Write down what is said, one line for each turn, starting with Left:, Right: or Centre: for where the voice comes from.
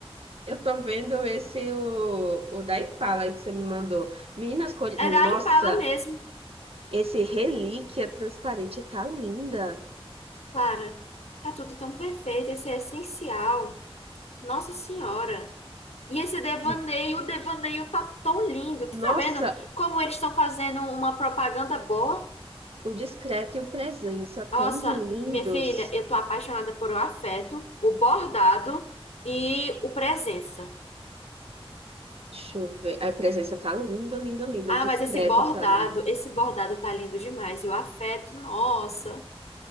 Right: Eu tô vendo esse, o, o da Impala aí que você me mandou. Meninas, cores... Nossa,
Left: É da Impala mesmo,
Right: esse relíquia transparente tá linda.
Left: Clara. Tá tudo tão perfeito, esse é essencial. Nossa Senhora. E esse devaneio,
Right: N-
Left: o devaneio tá tão lindo. Tu
Right: Nossa,
Left: tá vendo como eles estão fazendo uma propaganda boa?
Right: o discreto e o presença tão
Left: Nossa,
Right: lindos.
Left: minha filha, eu tô apaixonada por o afeto, o bordado e o presença.
Right: Deixa eu ver. A presença tá lindo, lindo, lindo.
Left: Ah,
Right: O discreto
Left: mas esse bordado,
Right: tá lindo.
Left: esse bordado tá lindo demais. E o afeto, nossa.